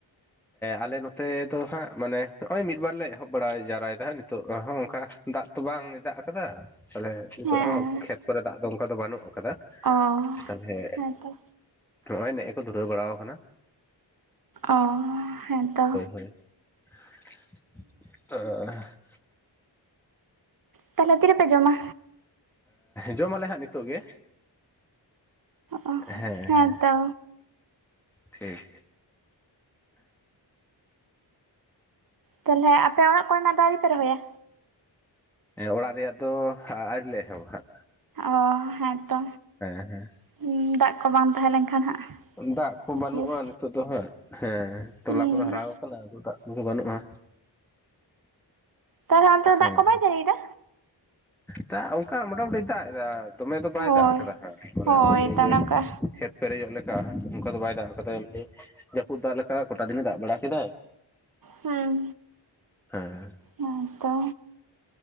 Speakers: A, in the centre; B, on the right.
A: ᱟᱞᱮ ᱱᱚᱛᱮ ᱫᱚ ᱦᱟᱸᱜ ᱢᱟᱱᱮ ᱦᱚᱸᱜᱼᱚᱭ ᱢᱤᱫ ᱵᱟᱨ ᱞᱮ ᱮᱦᱚᱵ ᱵᱟᱲᱟ ᱡᱟᱣᱨᱟᱭᱫᱟ ᱦᱟᱸᱜ ᱱᱤᱛᱳᱜ ᱦᱚᱸ ᱚᱱᱠᱟ ᱫᱟᱜ ᱛᱚ ᱵᱟᱝ ᱫᱟᱜ ᱠᱟᱫᱟ ᱛᱟᱦᱚᱞᱮ ᱱᱤᱛᱚᱜ
B: ᱦᱮᱸ
A: ᱦᱚᱸ ᱠᱷᱮᱛ ᱠᱚᱨᱮ ᱫᱟᱜ ᱫᱚ ᱚᱱᱠᱟ ᱫᱚ ᱵᱟᱹᱱᱩᱜ ᱠᱟᱫᱟ
B: ᱚ
A: ᱛᱟᱞᱦᱮ
B: ᱦᱮᱸᱛᱚ
A: ᱱᱚᱜ ᱚᱭ ᱱᱮᱜ-ᱮ ᱠᱚ ᱫᱷᱩᱨᱟᱹᱣ ᱵᱟᱲᱟ
B: ᱚ ᱦᱮᱸᱛᱚ᱾
A: <unintelligible>
B: ᱛᱟᱦᱚᱞᱮ ᱛᱤ ᱨᱮᱯᱮ ᱡᱚᱢᱟ?
A: ᱡᱚᱢᱟᱞᱮ ᱦᱟᱸᱜ ᱱᱤᱛᱳᱜ ᱜᱮ
B: ᱚ
A: ᱦᱮᱸ,
B: ᱦᱮᱸᱛᱚ
A: ᱦᱮᱸ᱾ ᱴᱷᱤᱠ᱾
B: ᱛᱟᱦᱞᱮ ᱟᱯᱮ ᱚᱲᱟᱜ ᱠᱚᱨᱮᱱᱟᱜ ᱫᱚ ᱟᱣᱨᱤ ᱯᱮ ᱨᱚᱦᱚᱭᱟ?
A: ᱚᱲᱟᱜ ᱨᱮᱭᱟᱜ ᱫᱚ ᱟᱣᱨᱤ ᱞᱮ ᱮᱦᱚᱵᱟ ᱦᱟᱜ᱾
B: ᱚ ᱦᱮᱸᱛᱚ᱾
A: ᱦᱮᱸ, ᱦᱮᱸ᱾
B: ᱦᱩᱸ ᱫᱟᱜ ᱠᱚ ᱵᱟᱝ ᱛᱟᱦᱮᱸ ᱞᱮᱱ ᱠᱷᱟᱱ ᱦᱟᱸᱜ
A: ᱫᱟᱜ ᱠᱚ
B: ᱚᱥᱩᱵᱤᱫᱟ
A: ᱵᱟᱹᱱᱩᱜᱼᱟ ᱱᱤᱛᱚᱜ ᱫᱚ ᱦᱟᱸᱜ ᱦᱮᱸ ᱛᱚᱞᱟ
B: ᱦᱩᱸ
A: ᱠᱚᱫᱚ ᱦᱟᱨᱟᱣ ᱠᱟᱱᱟ ᱟᱫᱚ ᱫᱟᱜ <unintelligible> ᱵᱟᱹᱱᱩᱜᱼᱟ᱾
B: ᱛᱟᱦᱚᱞᱮ ᱚᱱᱛᱮ
A: ᱦᱮᱸ
B: ᱫᱟᱜ ᱠᱚ ᱵᱟᱭ ᱡᱟᱲᱤᱭ ᱫᱟ?
A: ᱫᱟᱜ ᱚᱱᱠᱟ ᱢᱚᱴᱟᱢᱩᱴᱤ ᱫᱟᱜ ᱮᱫᱟ᱾ ᱫᱚᱢᱮ ᱫᱚ ᱵᱟᱭ
B: ᱦᱳᱭ
A: ᱫᱟᱜ ᱠᱟᱫᱟ ᱦᱟᱸᱜ ᱢᱟᱱᱮ
B: ᱦᱳᱭ
A: ᱱᱤᱡᱮ
B: ᱛᱚ ᱚᱱᱮ ᱚᱱᱠᱟ
A: ᱠᱷᱮᱛ ᱯᱮᱨᱮᱡᱚᱜ ᱞᱮᱠᱟ ᱚᱱᱠᱟ ᱫᱚ ᱵᱟᱭ ᱫᱟᱜ ᱠᱟᱫᱟ ᱮᱢᱱᱤ ᱡᱟᱹᱯᱩᱫ ᱫᱟᱜ ᱞᱮᱠᱟ ᱠᱚᱴᱟ ᱫᱤᱱᱮ ᱫᱟᱜ ᱵᱟᱲᱟ ᱠᱮᱫᱟᱭ᱾
B: ᱦᱮᱸ
A: ᱦᱮᱸ
B: ᱦᱮᱸ ᱛᱚ